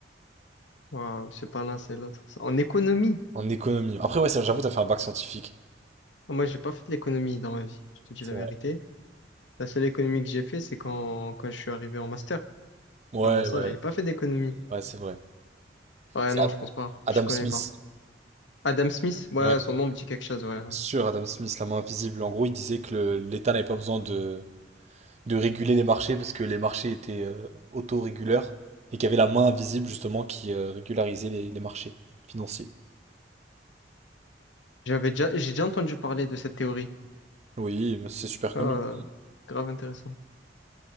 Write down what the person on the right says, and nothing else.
En économie. Après, ouais, ça, j'avoue, t'as fait un bac scientifique.
C'est
vrai.
Ouais,
ouais,
ouais, c'est vrai.
C'est
Ad-
Adam
Smith.
Ouais.
Sur Adam Smith, la main invisible, en gros, il disait que le- l'État n'avait pas besoin de, de réguler les marchés parce que les marchés étaient euh, autoréguleurs et qu'il y avait la main invisible justement qui euh, régularisait les, les marchés financiers.
Oui, c'est super
connu.